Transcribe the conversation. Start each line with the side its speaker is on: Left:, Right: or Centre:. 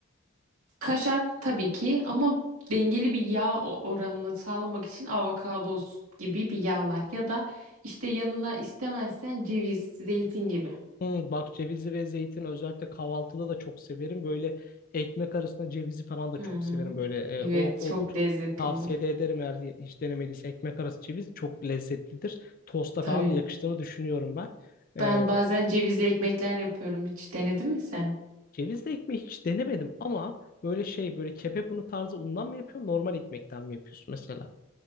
Right: Kaşar tabii ki ama dengeli bir yağ o- oranını sağlamak için avokado gibi bir yağlar ya da işte yanına istemezsen ceviz, zeytin gibi.
Left: Hmm, bak cevizi ve zeytin özellikle kahvaltıda da çok severim. Böyle ekmek arasında cevizi falan da
Right: Hı
Left: çok
Right: hı.
Left: severim. Böyle e,
Right: Evet,
Left: o
Right: çok
Left: olur.
Right: lezzetli
Left: Tavsiye
Right: olur.
Left: de ederim eğer hiç denemediyse ekmek arası ceviz çok lezzetlidir. Tosta
Right: Tabii.
Left: falan da yakıştığını düşünüyorum ben. E,
Right: Ben bazen cevizli ekmekler yapıyorum. Hiç denedin mi sen?
Left: cevizli ekmeği hiç denemedim ama böyle şey böyle kepek unu tarzı undan mı yapıyorsun normal ekmekten mi yapıyorsun mesela?